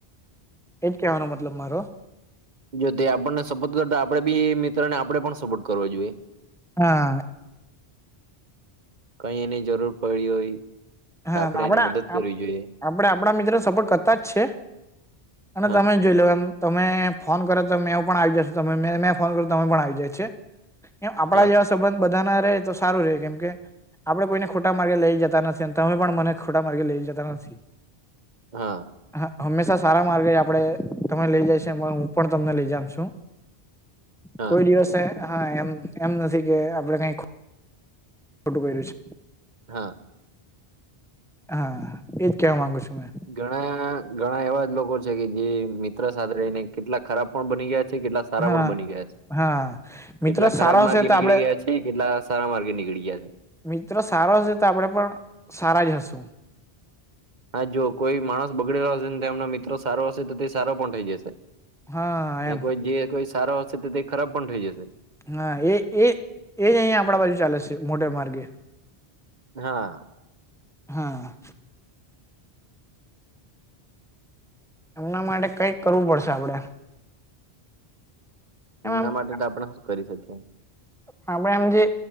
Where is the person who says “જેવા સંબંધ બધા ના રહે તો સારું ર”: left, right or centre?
Centre